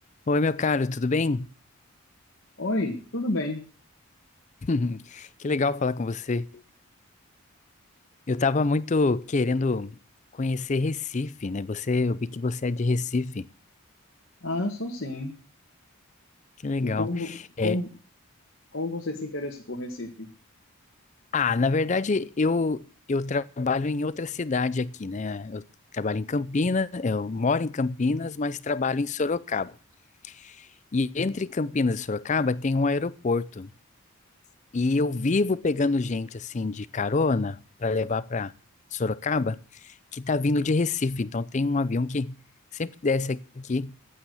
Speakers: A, on the left; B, on the left.
A: Oi, meu caro, tudo bem?
B: Oi, tudo bem?
A: <laughs> Que legal falar com você. Eu tava muito querendo conhecer Recife, né? Você, eu vi que você é de Recife.
B: Ah, eu sou sim.
A: Que legal.
B: O Como,
A: É,
B: como, como você se interessa por Recife?
A: ah, na verdade, eu eu trabalho em outra cidade aqui, né? Eu trabalho em Campinas, eu moro em Campinas, mas trabalho em Sorocaba. E entre Campinas e Sorocaba tem um aeroporto. E eu vivo pegando gente assim de carona para levar para Sorocaba, que tá vindo de Recife. Então tem um avião que sempre desce aqui